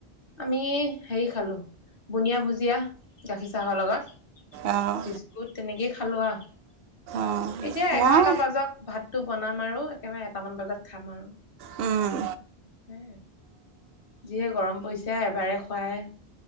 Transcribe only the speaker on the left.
আমি হেৰি খালো বুনিয়া ভুজিয়া। গাখীৰ চাহৰ লগত
বিস্কুট তেনেকেই খালোঁ আৰু।
এতিয়া এঘাৰটা
বাজক ভাতটো বনাম আৰু একেবাৰে এটামান বজাত খাম আৰু।
হম, যিহে গৰম পৰিছে এবাৰে খুৱাহে।